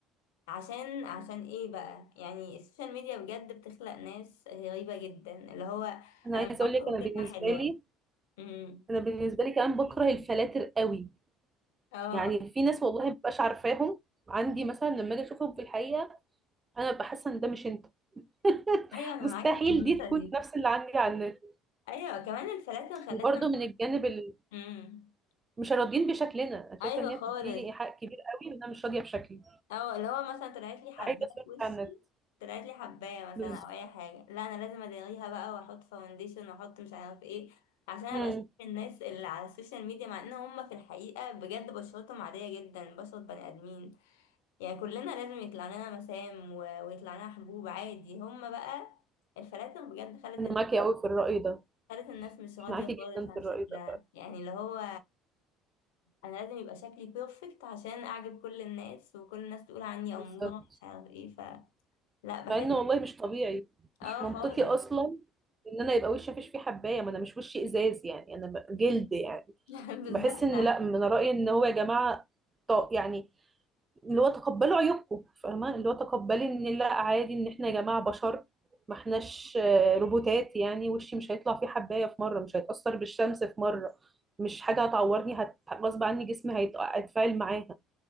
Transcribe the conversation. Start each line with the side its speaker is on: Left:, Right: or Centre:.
Left: عشان عشان ايه بقى يعني السوشيال ميديا بجد بتخلق ناس غريبه جدا اللي هو انا
Right: انا عايزه
Left: ما
Right: اقول
Left: اعرفش
Right: لك
Left: اقول
Right: انا بالنسبه
Left: كلمه حلوه
Right: لي
Left: امم
Right: انا بالنسبه لي كمان بكره الفلاتر قوي
Left: اه
Right: يعني في ناس والله مبقاش عارفاهم عندي مثلا لما اجي اشوفهم في الحقيقه انا ببقى حاسه ان ده مش انت <laughs>
Left: ايوه انا
Right: مستحيل
Left: معاكي في النقطه
Right: دي تكون
Left: دي
Right: نفس اللي عندي على النت
Left: ايوه كمان الفلاتر خلتنا
Right: وبرده من الجانب ال...
Left: امم
Right: مش راضيين بشكلنا انا
Left: ايوه
Right: شايفه ان هي
Left: خالص
Right: بتديني ايحاء كبير قوي ان انا مش راضيه بشكلي
Left: او اللي هو مثلا طلعت لي حبايه
Right: عايزه صورتي
Left: في وشي
Right: على النت
Left: طلعت لي حبايه مثلا
Right: بالظبط
Left: او اي حاجه لا انا لازم اداريها بقى واحط فاونديشن واحط مش عارف ايه عشان ابقى
Right: امم
Left: شايف الناس اللي على السوشيال ميديا مع ان هم في الحقيقه بجد بشرتهم عاديه جدا بشره بني ادمين يعني كلنا لازم يطلع لنا مسام و- ويطلع لنا حبوب عادي هم بقى الفلاتر بجد خلت
Right: انا
Left: الن-
Right: معاكي قوي في الراي ده
Left: خلت الناس مش راضيه
Right: معاكي
Left: خالص
Right: جدا
Left: عن
Right: في الراي
Left: شكلها
Right: ده فعلا.
Left: يعني اللي هو انا لازم يبقى شكلي بيرفكت عشان اعجب كل الناس وكل الناس تقول عني اموره
Right: بالظبط
Left: مش عارف ايه لا بحس
Right: مع انه والله مش طبيعي
Left: اه
Right: مش منطقي
Left: خالص
Right: اصلا ان انا يبقى وشي مفيش فيه حبايه ما انا مش وشي ازاز يعني انا ب- جلد يعني
Left: <laughs> لا بالظبط
Right: بحس ان لا من رأيي ان هو يا جماعة ط- يعني اللي هو تقبلوا عيوبكم فاهمة اللي هو تقبلي ان لا عادي ان احنا يا جماعة بشر ما احناش آه، روبوتات يعني وشي مش هيطلع فيه حباية في مرة مش هيتأثر بالشمس في مرة مش حاجة هتعورني هت... غصب عني جسمي هيت- هيتفاعل معاها